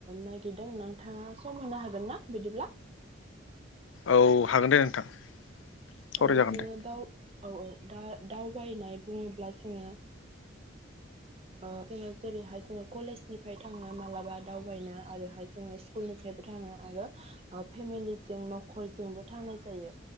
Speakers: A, on the right; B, on the left.
A: नागिरदों नोंथाङा सम होनो हागोन ना बिदिब्ला?
B: औ हागोन दे नोंथां। सावरायजागोन
A: औ जोङो
B: दे
A: दाव औ औ दा दावबायनाय बुङोब्ला जोंहा ओ जोङो जेरैहाय जोङो कलेजनिफ्राय थाङो मालाबा दावबायनो आरोहाय जोङो स्कुलनिफ्रायबो थाङो आरो फेमिलिजों नख'रजोंबो थांनाय जायो।